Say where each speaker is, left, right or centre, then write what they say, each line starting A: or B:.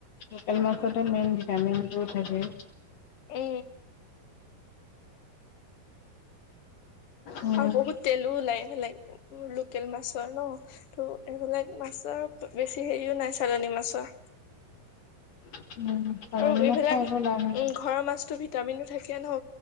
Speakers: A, on the left (about 85°); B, on the left (about 70°).
A: লোকেল মাছতে মাইন ভিটামিনবোৰ থাকে।
B: এ।
A: উম
B: আৰু বহুত তেলো ওলাই এফালে লোকেল মাছৰ ন। তো এইবিলাক মাছৰ বেছি হেৰিও নাই চালনি মাছৰ।
A: উম। চালানী
B: আৰু এইফালে
A: মাছ খাই একো লাভ নাই
B: উম ঘৰৰ মাছতো ভিট টামিনো থাকে ন